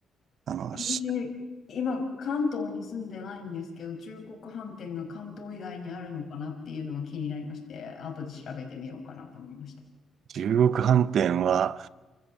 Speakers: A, on the right; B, on the left.
A: あの、
B: 私、
A: し
B: 今、関東に住んでないんですけど、中国飯店が関東以外にあるのかなっていうのが気になりまして、後で調べてみようかなと思いました。
A: 中国飯店は